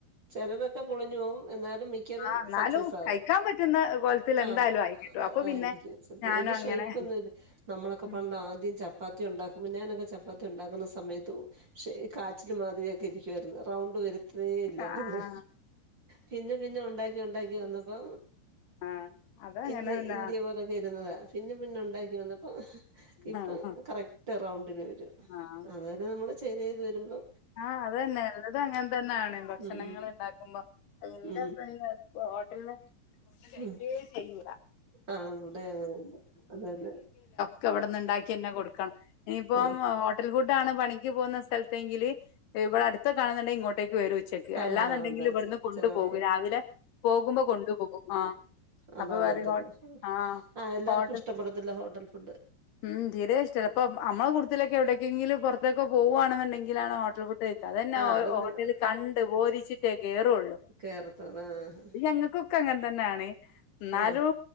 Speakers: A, on the right (about 30°); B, on the left (about 75°).
A: ചിലതൊക്ക ഒക്കെ പൊളഞ്ഞുവും എന്ന മിക്കതും
B: ആഹ് എന്നാലും
A: സക്സസാവും
B: കഴിക്കാൻ പറ്റുന്ന കോലത്തിൽ
A: ആ
B: എന്തായാലും ആയി കിട്ടും അപ്പൊ
A: ആയിരിക്കും
B: പിന്നെ ഞാനും
A: വല്യ
B: അങ്ങനെ
A: ഷേയിപ്പ് ഒന്നുമില്ല... നമ്മളൊക്കെ
B: ഉം
A: പണ്ട ആദ്യം ചപ്പാത്തി ഉണ്ടാക്കും ഞാനൊക്കെ ചപ്പാത്തി ഉണ്ടാക്കുന്ന സമയത്ത പക്ഷേ കാച്ചിൽ മാതിരിയൊക്കെ ഇരിക്കുവായിരുന്നു പൗണ്ട് വരുത്തുകേ ഇല്ലായിരുന്നു
B: ആഹ്
A: പിന്നെ പിന്നെ ഉണ്ടാക്കി ഉണ്ടാക്കി വന്നപ്പോ
B: ആഹ് അതങ്ങനെ
A: ഇന്ത്യ
B: തന്നാ
A: ഇന്ത്യ പോലൊക്കെ ഇരുന്നതാ പിന്നെ പിന്നെ ഉണ്ടാക്കി വന്നപ്പോ ഇപ്പം
B: ആഹ്
A: കറക്റ്റ് റൗണ്ടിന് വരും
B: ആഹ്
A: അതായത് നമ്മൾ ചെയ്യുന്ന... ത് വരുമ്പോ
B: ആഹ് അത തന്നെ എല്ലതും അങ്ങനെ തന്നെയാണ് ഭക്ഷണങ്ങൾ
A: ഉം
B: ഉണ്ടാക്കുമ്പോ എറെബ
A: ഉം
B: ഹോട്ടലന്ന് ഫുഡ് കഴിയ്കെ
A: ഉം
B: ചെയ്യുല്ല
A: ആഹ് ഇവിടെ അങ്ങനെ അത് തന്നെ
B: ഇക്കവിടുന്നു ണ്ടാക്കി തന്നേ കൊടുക്കും ക്കാണ് ഇനിയിപ്പം
A: ആഹ്
B: ഹോട്ടൽ ഫുഡ് ആണ് പണിക്ക എ പോന്ന സ്ഥലത്തെ എങ്കില് ഇവിടെ അടുത്തൊക്കെ ആണുന്നുണ്ടെങ്ക ഇങ്ങോട്ട് ക്ക് വരും ഉച്ചക്ക്
A: ആഹ്
B: അല്ലാന്നുണ്ടെങ്കിലും
A: അതാ
B: ഇവിടെന്ന്
A: ചെ
B: കൊണ്ടു
A: ചിലർക്ക്
B: പോകും രാവിലെ പോകുമ്പോ കൊണ്ടുപോകും ആ അപ്പൊ
A: അതാ
B: വേറെ
A: നല്ലത്
B: ഹോട്ട അ
A: ആഹ് എല്ലാർക്കും
B: ഹോട്ട
A: ഇഷ്ടപ്പെടത്തില്ല ഹോട്ടൽ ഫുഡ്
B: ഉം തീരെ ഇഷ്ടല്ല ഇപ്പ നമ്മള കൂടുത്തിലൊക്കെ എവിടക്കെങ്കിലും പുറത്തേക്ക പോകവാണെന്നുണ്ടെങ്കിലാണോ ഹോട്ടൽ ഫുഡ് കഴിയ്ക്ക അതന്നെ
A: ആഹ് അതൊന്നും
B: ഹോട്ടലൽ കണ്ട് ബോധിച്ചിട്ട് കേറള്ളു
A: കേറത്തോളൂ ആഹ്
B: അത് ഞങ്ങൾക്കൊക്കെ അങ്ങനെ തന്നെയണ എന്നാലും
A: ആഹ്